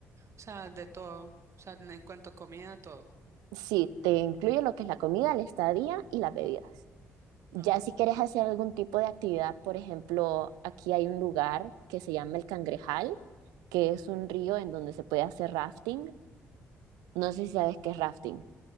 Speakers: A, on the right (about 45°); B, on the right (about 70°).
A: O sea, de todo, o sea, en cuanto a comida, todo.
B: Sí, te incluye lo que es la comida, la estadía y las bebidas. Ya
A: Ah, bueno,
B: si quieres hacer algún tipo de actividad, por ejemplo, aquí hay un lugar que se llama el Cangrejal, que es un río en donde se puede hacer rafting. No sé si sabes qué es rafting.